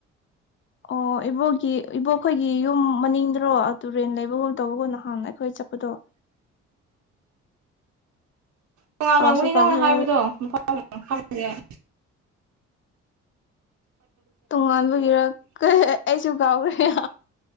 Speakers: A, on the left; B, on the right.
A: ꯑꯣ ꯏꯕꯣꯛꯀꯤ ꯏꯕꯣꯛꯈꯣꯏꯒꯤ ꯌꯨꯝ ꯃꯅꯤꯡꯗ꯭ꯔꯣ ꯇꯨꯔꯦꯟ ꯂꯩꯕꯒꯨꯝ ꯇꯧꯕꯒꯣ ꯅꯍꯥꯟ ꯑꯩꯈꯣꯏ ꯆꯠ ꯆꯠꯄꯗꯣ
B: ꯇꯣꯉꯥꯟꯅꯂꯝꯒꯅꯤ
A: ꯀꯥꯎꯁꯨ ꯀꯥꯎꯈ꯭ꯔꯦ
B: ꯅꯪꯅ ꯍꯥꯏꯕꯗꯣ ꯃꯄꯥ ꯈꯪꯗꯦ <inaudible>
A: ꯇꯣꯉꯥꯟꯕꯒꯤꯔ ꯑꯩꯁꯨ ꯀꯥꯎꯈ꯭ꯔꯦ